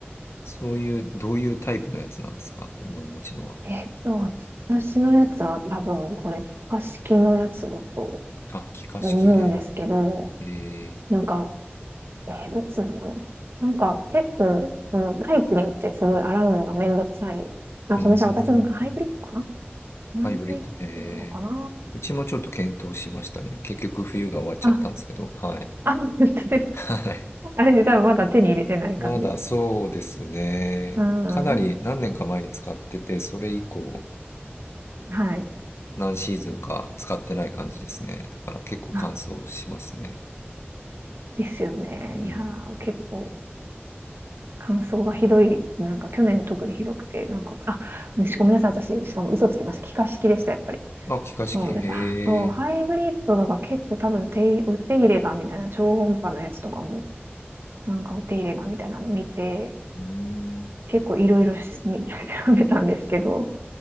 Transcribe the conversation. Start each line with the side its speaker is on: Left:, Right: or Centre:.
Left: そういう、どういうタイプのやつなんですか今お持ちのは。
Right: えっと、私のやつは多分これ、可式のやつだと
Left: あ、気化式ね。
Right: 思うんですけど、
Left: へえ、
Right: なんかえー、どっちなんだろう。なんか、結構、そのタイプによってすごい洗うのがめんどくさい。あ、
Left: うーん、
Right: ごめんなさい。私なんかハイブリッドかな
Left: ハイブリッド、
Right: ハイブリッドなのかな
Left: へえ。うちもちょっと検討しましたね。結局冬が終わっちゃったんですけど、
Right: あ、
Left: はい。
Right: あ、本当です。
Left: はい。
Right: あれ、じゃあまだ手に入れてない感じ。
Left: まだそうですね。
Right: うん。
Left: かなり何年か前に使ってて、それ以降
Right: はい。
Left: 何シーズンか使ってない感じですね。だから結構乾燥しますね。
Right: あ、ですよね。
Left: うん。
Right: いやー、結構、乾燥がひどい。なんか、去年特にひどくて、なんか、あ、しごめんなさい。私、しかも嘘つきました。気化式でした、やっぱり。
Left: あ、気化式、
Right: そう、
Left: へえ。
Right: やっぱ、そう、
Left: う
Right: ハイブリッドとか結構多分手、お手入れがみたいな超音波のやつとかもなんかお手入れがみたいなの見て、
Left: ん。
Right: 結構いろいろし調べ <laughs> たんですけど、